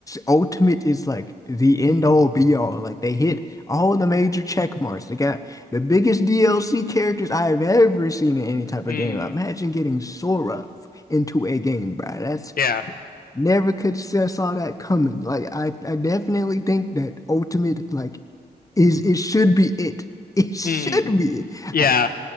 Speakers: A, on the left (about 20°); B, on the left (about 55°).
A: Ultimate is like the end all be all. Like they hit all the major check marks. They got the biggest DLC characters I have ever seen in any type of
B: mm,
A: game. Imagine getting Sora into a game, bro. That's
B: yeah,
A: Never could say saw that coming. Like I, I definitely think that ultimate like is it should be it. <laughs> It should
B: mm,
A: be
B: yeah.
A: Uh,